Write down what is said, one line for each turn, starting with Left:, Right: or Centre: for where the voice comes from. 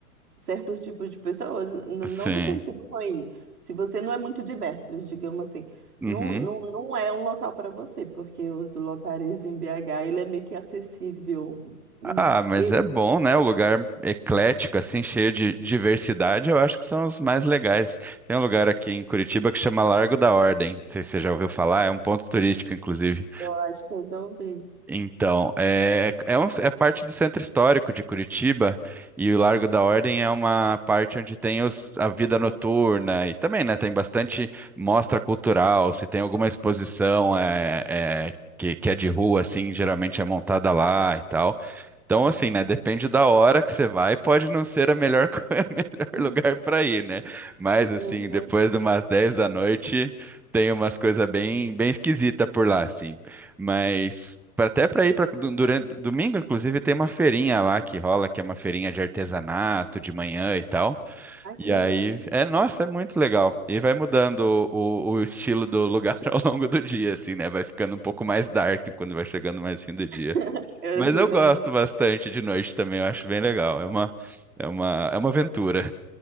Right: certos tipos de pessoas, n- não
Centre: Sim.
Right: no sentido ruim. Se você não é muito diverso, digamos assim,
Centre: Uhum.
Right: não, não, não é um local para você, porque os locais em BH, ele é meio que acessível. Hum,
Centre: Ah, mas
Right: e-
Centre: é bom, né?
Right: Então,
Centre: O lugar eclético, assim, cheio de diversidade, eu acho que são os mais legais. Tem um lugar aqui em Curitiba que chama Largo da Ordem. Não sei se você já ouviu falar, é um ponto turístico, inclusive.
Right: eu acho que eu já ouvi.
Centre: Então, é, é, um- é parte do centro histórico de Curitiba, e o Largo da Ordem é uma parte onde tem os- a vida noturna e também, né? Tem bastante mostra cultural, se tem alguma exposição, é, é, que, que é de rua, assim, geralmente é montada lá e tal. Então, assim, né? Depende da hora que você vai, pode não ser a melhor, co- <laughs> a melhor
Right: Hum,
Centre: lugar para ir, né? Mas,
Right: uhum.
Centre: assim, depois de umas 10 da noite, tem umas coisas bem, bem esquisitas por lá, assim. Mas, pra- até para ir para durante domingo, inclusive, tem uma feirinha lá que rola, que é uma feirinha de artesanato de manhã e tal.
Right: Ai,
Centre: E
Right: que legal.
Centre: aí, é, nossa, é muito legal. E vai mudando o, o estilo do lugar <laughs> ao longo do dia, assim, né? Vai ficando um pouco mais dark quando vai chegando mais fim do dia.
Right: <laughs> Eu
Centre: Mas
Right: sei
Centre: eu
Right: como...
Centre: gosto
Right: é.
Centre: bastante de noite também, eu acho bem legal. É uma, é uma, é uma aventura.